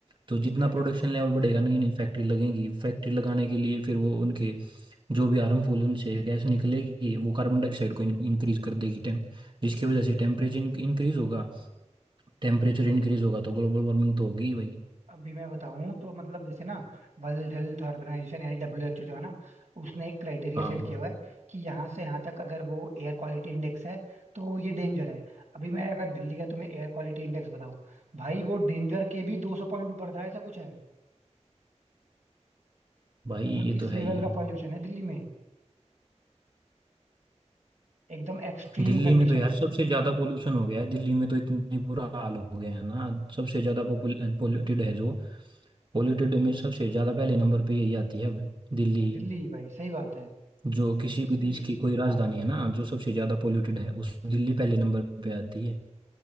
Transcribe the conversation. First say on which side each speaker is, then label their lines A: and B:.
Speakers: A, on the right (about 40°); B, on the right (about 75°).
A: तो जितना
B: एग्जैक्टली
A: प्रोडक्शन
B: exactly.
A: लेवल बढ़ेगा नहीं नहीं फैक्ट्री लगेगी फैक्ट्री लगाने के लिए फिर वो उनके जो भी हार्मफुल उनसे गैस निकलेगी वो कार्बन डाइऑक्साइड को इंक्रीज कर देगी टेम जिसकी वजह से टेम्परेचर इंक्रीज होगा टेम्परेचर इंक्रीज होगा तो ग्लोबल वार्मिंग तो होगी ही भाई
B: अभी मैं बताऊं तो मतलब जैसे ना वर्ल्ड हेल्थ ऑर्गेनाइजेशन यानी डब्ल्यू एच ओ जो है ना उसने एक क्राइटेरिया
A: हाँ
B: सेट किया हुआ है कि यहाँ से यहाँ तक अगर वो एयर क्वालिटी इंडेक्स है तो ये डेंजर है अभी मैं अगर दिल्ली का तुम्हें एयर क्वालिटी इंडेक्स बताऊं भाई वो डेंजर के भी 200 पॉइंट ऊपर था ऐसा कुछ है
A: भाई
B: मतलब
A: ये तो
B: इस
A: है
B: लेवल
A: ही
B: का पॉल्यूशन है दिल्ली में एकदम एक्सट्रीम
A: दिल्ली
B: कंडीशन
A: में तो यार
B: है
A: सबसे ज्यादा पोल्यूशन हो गया है दिल्ली में तो इतनी बुरा हाल हो गया है ना सबसे ज्यादा पोल्यूटेड है जो पोल्यूटेड में सबसे ज्यादा पहले नंबर पे यही आती है अब दिल्ली
B: दिल्ली भाई सही बात है
A: जो किसी भी देश की कोई राजधानी है ना जो सबसे ज्यादा पोल्यूटेड है उस दिल्ली पहले नंबर पे आती है